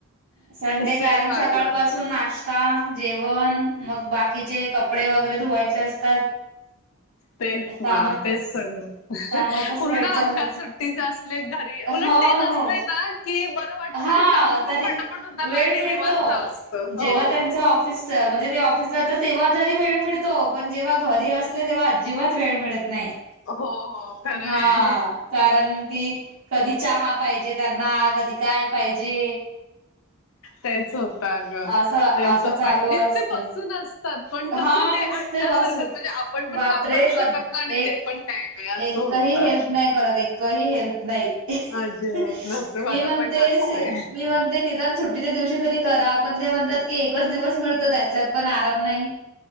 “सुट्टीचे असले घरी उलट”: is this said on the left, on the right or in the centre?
Left